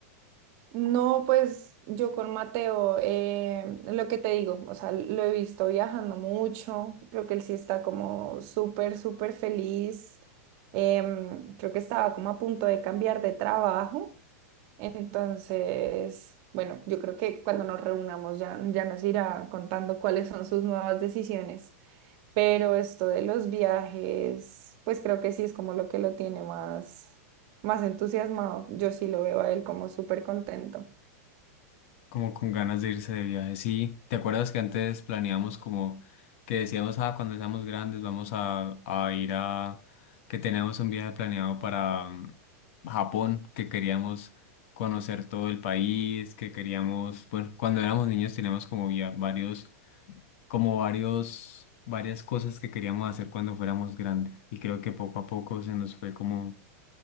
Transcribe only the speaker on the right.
No, pues yo con Mateo, eh, lo que te digo, o sea, lo he visto viajando mucho, creo que él sí está como súper, súper feliz, em, creo que estaba como a punto de cambiar de trabajo, entonces, bueno, yo creo que cuando nos reunamos ya, ya nos irá contando cuáles son sus nuevas decisiones, pero esto de los viajes, pues creo que sí es como lo que lo tiene más, más entusiasmado, yo sí lo veo a él como súper contento.